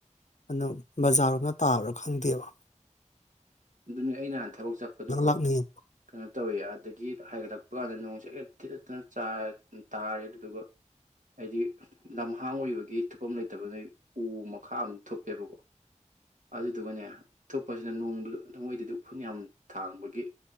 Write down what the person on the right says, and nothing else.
ꯑꯗꯨꯅꯤ ꯑꯩꯅꯍꯥꯟ ꯊꯕꯛ ꯆꯠꯄꯗꯨꯀꯣ
ꯀꯩꯅꯣ ꯇꯧꯋꯤ ꯑꯗꯒꯤ ꯍꯥꯏꯒꯠꯂꯛꯄ ꯊꯨꯞꯄ ꯀꯥꯟꯗ ꯅꯣꯡ ꯆꯦꯂꯠ ꯊꯤꯗꯠꯇꯅ ꯇꯥꯔꯦ ꯑꯗꯨꯗꯨꯒ ꯍꯥꯏꯗꯤ ꯂꯝꯍꯥꯡ ꯑꯣꯏꯕꯒꯤ ꯊꯨꯞꯐꯝ ꯂꯩꯇꯕ ꯅꯣꯏ ꯎ ꯃꯈꯥ ꯑ ꯊꯨꯞꯄꯦꯕꯀꯣ ꯑꯗꯨꯗꯨꯒꯅꯦ ꯊꯨꯞꯄꯁꯤꯅ ꯅꯣꯡꯗꯨꯗ ꯝ ꯃꯣꯏꯗꯗꯤ ꯎꯐꯨꯜ ꯌꯥꯝ ꯊꯥꯡꯕꯒꯤ